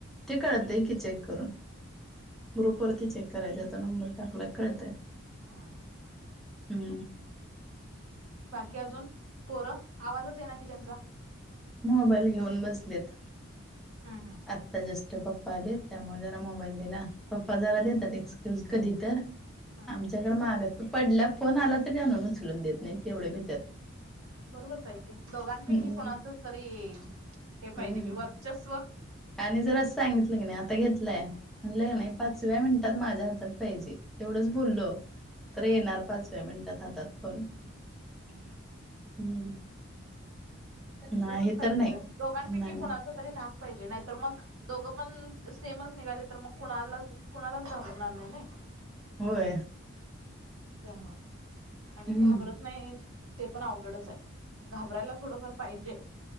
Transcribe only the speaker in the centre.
ते कळत की चेक करून ग्रुप
वरती चेक करायचा त नंबर टाकला की कळतय.
हम्म
मोबाईल घेऊन बसलेत
आ ता जस्ट पप्पा आले त्यामुळे जरा मोबाईल दिला पप्पा जरा देतात एक कधी तर
आमच्याकडे मागच पडला फोन आला तरी आणून उचलून देत नाहीत. एवढे भित्यात
हम्म
हम्म
आणि जर सांगितलं की नाही आता घेतलंय म्हंटलं
कने नाही पाचव्या मिनिटात माझ्या हातात पाहिजे एवढच बोलल तर
येणार. पाचव्या मिनिटात हातात फोन.
हम्म नाही
तर नाही
नाही
नाही.
होय
हम्म